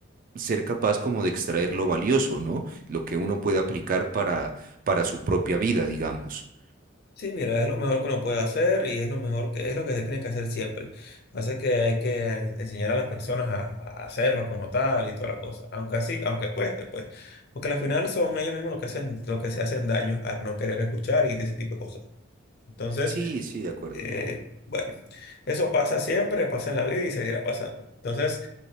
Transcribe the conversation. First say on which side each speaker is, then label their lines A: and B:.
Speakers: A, on the right (about 40°); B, on the left (about 50°).
A: ser capaz como de extraer lo valioso, ¿no? Lo que uno puede aplicar para, para su propia vida, digamos.
B: Sí, mira, es lo mejor que uno puede hacer y es lo mejor que es lo que se tiene que hacer siempre. Pasa que hay que enseñar a las personas a, a hacerlo como tal y toda la cosa, aunque así, aunque cueste, pues, porque al final son ellos mismos los que hacen, los que se hacen daño al no querer escuchar y de ese tipo de cosas. Entonces,
A: Sí, sí, de acuerdo.
B: Eh, bueno, eso pasa siempre, pasa en la vida y seguirá pasando. Entonces,